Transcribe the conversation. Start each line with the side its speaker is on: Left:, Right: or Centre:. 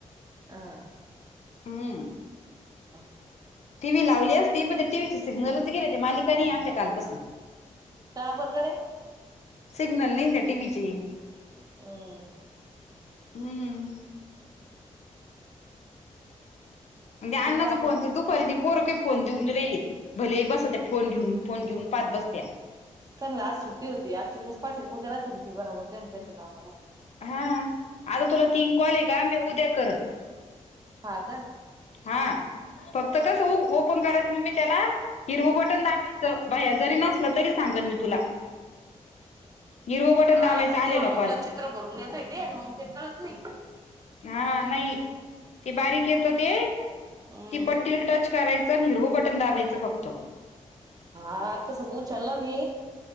Right: आं.
Left: हम्म्.
Right: <unintelligible>
Left: टी व्ही लावली असती, पण ते टीव्ही चे सिग्नलच गेलीय ते काय नाहीये आमच्या कालपासून,
Right: का बर गड्या
Left: सिग्नल नाही ना त्या टीव्ही चे.
Right: हं.
Left: हम्म <unintelligible> अणाणच
Right: काय मग
Left: फोन ते दुपारी <inaudible> पोरगी फोन देऊन रेली भलेही बस त्या फोन घेऊन फोन घेऊन पाहत बसत्या
Right: त्यानला आज सुट्टी होती, आज चे दिवस पाठीन त्याना बराबर त्यांच्या कामाला.
Left: हा आता तुला तिन काॅल ये का मी उद्या करतो.
Right: हा का.
Left: हा फक्त कसं उ ओपन करायचं, मग मी त्याला हिरव बटन दाबायचं बाया जरी नसल तरी सांगन मी तुला. हिरव बटन
Right: हा
Left: दाबायच
Right: मग
Left: आलेला
Right: ते एवढं मोठं
Left: कॉल.
Right: चित्र भरून येतय ते मग ते कळत नाही.
Left: हां नाहीं ते बारीक येतो ते.
Right: हम्म
Left: ती पट्टीला- टच करायचं अन हिरव बटन दाबायचं फक्त.
Right: हा तसच उचलला मी.